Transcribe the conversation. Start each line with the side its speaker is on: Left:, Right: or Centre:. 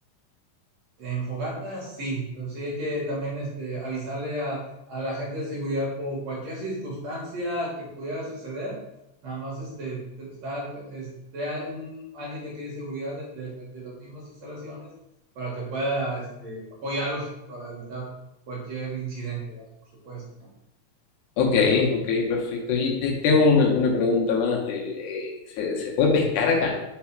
Right: En fogata, sí, pero sí hay que también este, avisarle a, a la gente de seguridad por cualquier circunstancia que pudiera suceder. Nada más este, está, al- esté a- un, alguien de aquí de seguridad de, de- de las mismas instalaciones para que pueda este, apoyarlos para evitar cualquier incidente, ¿verdad? Por supuesto.
Left: Ok,
Right: Eso,
Left: ok, perfecto. Y te- tengo una, una pregunta más. El, eh, ¿se, se puede pescar acá?